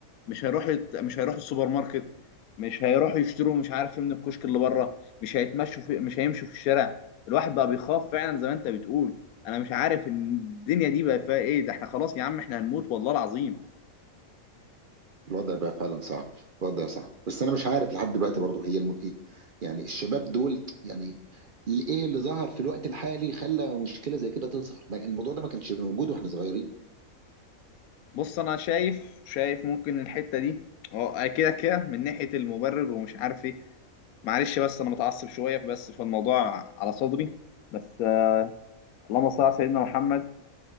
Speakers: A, on the left (about 85°); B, on the right (about 50°).
A: مش هيروحوا يت- مش هيروحوا السوبر ماركت مش هيروحوا يشتروا مش عارف ايه من الكشك اللي بره مش هيتمشوا في مش هيمشوا في الشارع الواحد بقى بيخاف فعلا زي ما انت بتقول انا مش عارف إن الدنيا دي بقى فيها ايه ده احنا خلاص يا عم احنا هنموت والله العظيم
B: الوضع بقى فعلا صعب الوضع صعب بس انا مش عارف لحد دلوقتي برضه هي الم... ايه يعني الشباب دول يعني اللي ايه اللي ظهر في الوقت الحالي خلى مشكله زي كده تظهر ما- الموضوع ده ما كانش موجود واحنا صغيرين
A: بص انا شايف شايف ممكن الحته دي اه كده كده من ناحيه المبرر ومش عارف ايه معلش بس انا متعصب شويه بس فالموضوع على صدري بس آه اللهم صل على سيدنا محمد